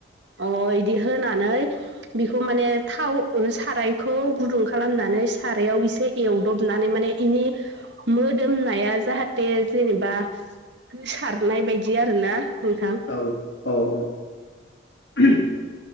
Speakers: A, on the right; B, on the left.
A: अ' इदि होनानै बिखौ माने थाव ओ सारायखौ गुदुं खालामनानै सारायाव इसे एवदबनानै माने इनि मोदोमनाया जाहाथे जेनेबा गोसारनाय बायदि आरोना नोंथां।
B: औ औ औ।